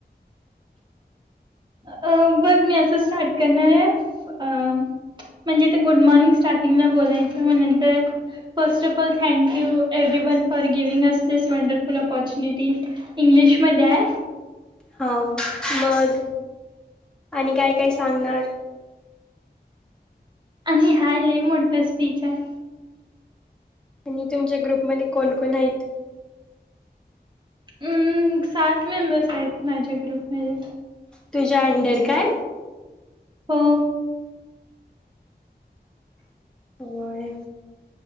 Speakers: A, on the right; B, in the centre.
A: अ मग मी असं स्टार्ट करणार आहे, अंम्हणजे ते गुड मॉर्निंग चॅटींगनं बोलायचं मग नंतर first of all thank you every one for giving us this wonderful opportunity. <unintelligible> इंग्लिशमध्ये हाय.
B: हां मग आणि काय काय सांगणार?
A: आणि हाय लय, मोठं स्पीच आहे.
B: आणि तुमच्या ग्रुपमध्ये कोण कोण हाईत?
A: अं सात मेंबर्स आहेत माझ्या ग्रुपमध्ये.
B: तुझ्या अंडर काय
A: हो.
B: होय.